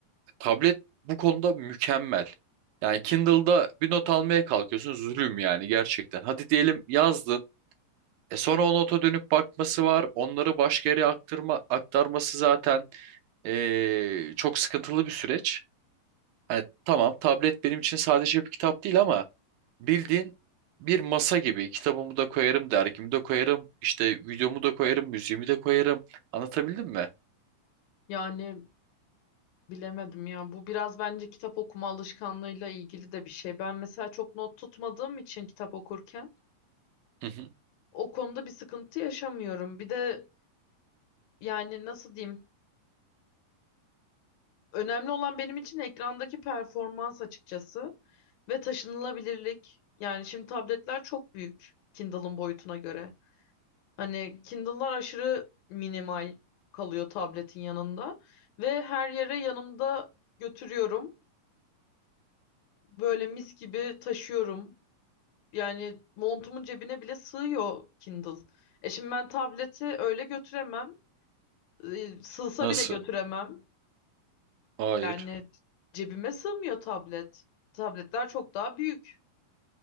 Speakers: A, on the right (about 80°); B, on the left (about 80°).
A: Tablet bu konuda mükemmel. Yani Kindle'da bir not almaya kalkıyorsun zulüm yani gerçekten. Hadi diyelim yazdın. E sonra o nota dönüp bakması var. Onları başka yere aktarma, aktarması zaten eee, çok sıkıntılı bir süreç. Hani tamam tablet benim için sadece bir kitap değil ama Bildiğin bir masa gibi kitabımı da koyarım, dergimi de koyarım, işte videomu da koyarım, müziğimi de koyarım. Anlatabildim mi?
B: Yani Bilemedim ya. Bu biraz bence kitap okuma alışkanlığıyla ilgili de bir şey. Ben mesela çok not tutmadığım için kitap okurken
A: Hı hı.
B: o konuda bir sıkıntı yaşamıyorum. Bir de yani nasıl diyeyim? Önemli olan benim için ekrandaki performans açıkçası ve taşınılabilirlik. Yani şimdi tabletler çok büyük Kindle'ın boyutuna göre. Hani Kindle'lar aşırı minimal kalıyor tabletin yanında ve her yere yanımda götürüyorum. Böyle mis gibi taşıyorum. Yani montumun cebine bile sığıyor Kindle. E şimdi ben tableti öyle götüremem. E, sığsa
A: Nasıl?
B: bile götüremem.
A: Hayır.
B: Yani cebime sığmıyor tablet. Tabletler çok daha büyük.